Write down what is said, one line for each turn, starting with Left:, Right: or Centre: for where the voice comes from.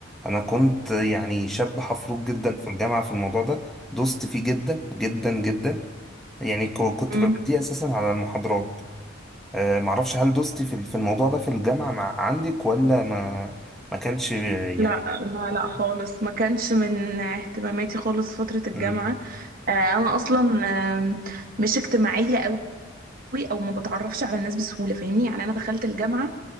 Centre: انا كنت يعني شاب حفروك جدا في الجامعه في الموضوع ده دوست فيه جدا جدا جدا يعني ك- كنت
Right: امم
Centre: ببديه اساسا على المحاضرات أه معرفش هل دوستي في ال- في الموضوع ده في الجامعه مع عندك ولا ما ما كانش يعني
Right: لا لا لا خالص ما كانش من اهتماماتي خالص فترة الجامعة
Centre: امم
Right: آه، انا اصلا آم، مش اجتماعية قوي او ما بتعرفش على الناس بسهولة فاهمني يعني انا دخلت الجامعة